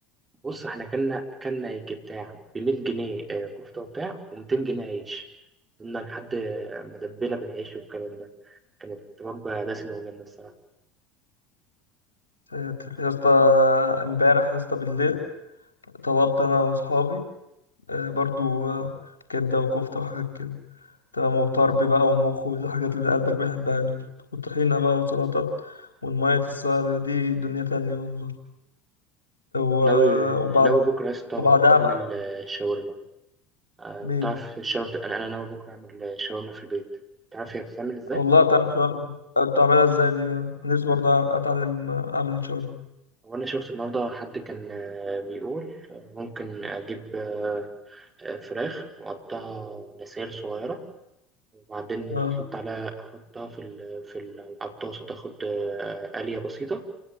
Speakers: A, on the right; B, on the left.
A: بص احنا كلنا كلنا يجي بتاع بمية جنيه آه، كفتة وبتاع ومتين جنيه عيش كنا لحد ما دبينا بالعيش والكلام ده كانت وجبة دسمة وجامدة الصراحة
B: ساتر. يا اسطى أنا امبارح يا اسطى بالليل طلبت انا واصحابي آه برضو آه، كبده وكفته وحاجات كده تمام وطرب بقى ومخ والحاجات اللي قلبك بيحبها دول وطحينه بقى وسلطات والمية السلطة دي دنيا تانية والله و-
A: ناوي
B: وبعد
A: ناوي بكرة يا اسطى
B: وبعدها
A: أعمل
B: بقى
A: آه، شاورما آه،
B: مين
A: تعرف الشاورما أنا أنا ناوي بكرة أعمل شاورما في البيت تعرف هي بتتعمل إزاي؟
B: والله تعمل شغل بتعملها ازاي دي بقى نفسي برضه اتعلم اعمل شغل
A: هو أنا شفت النهاردة حد كان آه، بيقول آه، ممكن أجيب آه، آه، فراخ وأقطعها لسائل صغيرة وبعدين
B: اه
A: أحط عليها أحطها في ال في ال- على الطاسة تاخد آه، قلية بسيطة